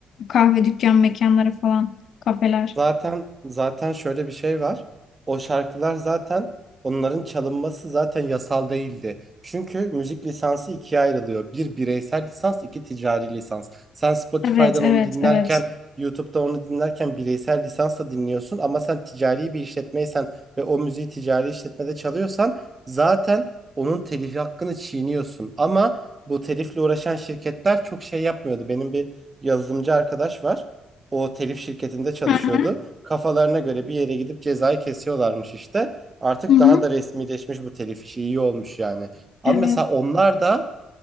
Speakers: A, on the left; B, on the right.
A: Kahve dükkan mekanları falan, kafeler.
B: Zaten zaten şöyle bir şey var. O şarkılar zaten onların çalınması zaten yasal değildi. Çünkü müzik lisansı ikiye ayrılıyor. Bir bireysel lisans, iki ticari lisans. Sen Spotify'dan
A: Evet, evet,
B: onu dinlerken,
A: evet.
B: YouTube'da onu dinlerken bireysel lisansla dinliyorsun ama sen ticari bir işletmeysen ve o müziği ticari işletmede çalıyorsan zaten onun telifi hakkını çiğniyorsun. Ama bu telifle uğraşan şirketler çok şey yapmıyordu. Benim bir yazılımcı arkadaş var o telif şirketinde çalışıyordu.
A: Hı hı.
B: Kafalarına göre bir yere gidip cezayı kesiyorlarmış işte. Artık
A: Hı hı.
B: daha da resmileşmiş bu telif işi iyi olmuş yani. Ama
A: Evet.
B: mesela onlar da